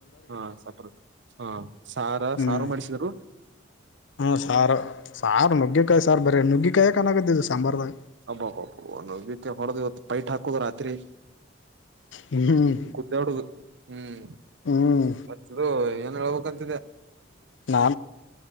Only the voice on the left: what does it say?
ಹ್ಮ್
ಹ್ಮ ಸಾರು ಸಾರು ನುಗ್ಗೆಕಾಯಿ ಸಾರ ಬರೆ ನುಗ್ಗೆ ಕಾಯ ಕಾಣಾಗತ್ತೆ ಇದು ಸಾಂಬಾರದಾಗ
ಹ್ಮ್
ಹ್ಮ್
ಹಾ